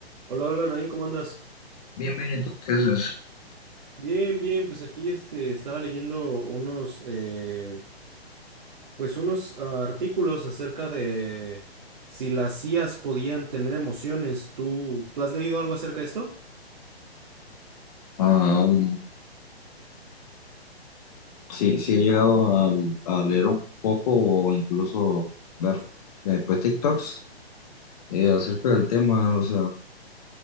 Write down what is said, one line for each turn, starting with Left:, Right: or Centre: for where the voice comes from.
Right: Hola, hola, Nadine, ¿cómo andas?
Left: Bien, bien, ¿y tú qué haces?
Right: Bien, bien, pues aquí este, estaba leyendo unos, eh, pues unos ah, artículos acerca de si las IAs podían tener emociones. ¿Tú, tú has leído algo acerca de esto?
Left: Ah, um, sí, sí he llegado al- a, leer un poco o incluso ver eh, pues TikToks eh, acerca del tema. O sea,